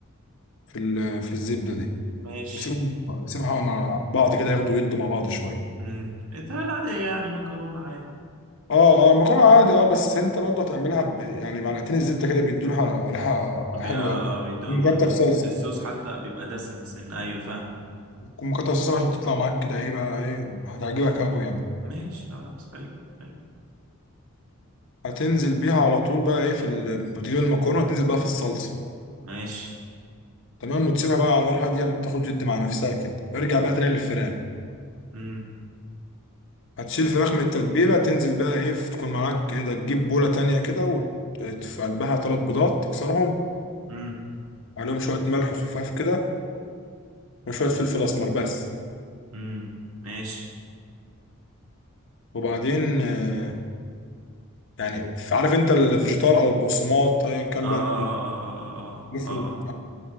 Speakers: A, on the left; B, on the right.
A: في ال... في الزبدة دي
B: ماشي
A: وسيبهم سيبها مع بعض كده ياخدوا يدوا مع بعض شوية
B: امم الطريقة العادية يعني مكرونة عادي
A: اه اه مكرونة عادي اه بس انت برضه هتعملها ب... يعني معلقتين الزبدة كده بيدوا لها ريحة
B: بي-
A: حلوة
B: اه
A: أوي
B: اه بيدوها
A: ومكتر
B: برضو
A: صلصة
B: الصوص حتى بيبقى دسم سن ايوه فاهم
A: ومكتر صلصة بقى عشان تطلع معاك كده ايه بقى ايه هتعجبك أوي يعني
B: ماشي خلاص حلو حلو
A: هتنزل بيها على طول بقى ايه في ال... بتجيب المكرونة وتنزل بقى في الصلصة
B: ماشي
A: تمام وتسيبها بقى على نار هاديه أما تاخد وتدي مع نفسها كده وارجع بقى تاني للفراخ
B: امم
A: هتشيل الفراخ من التتبيله تنزل بقى ايه تكون معاك ايه ده تجيب بوله تانية كده وت- في قلبها تلات بيضات تكسرهم
B: امم
A: عليهم شويه ملح خفاف كده وشويه فلفل اسمر بس
B: امم ماشي
A: وبعدين آه، يعني ف- عارف انت الفيجيتار او البقسماط ايا كان
B: اه اه
A: بقى
B: اه اه
A: مفهوم
B: اه اه اه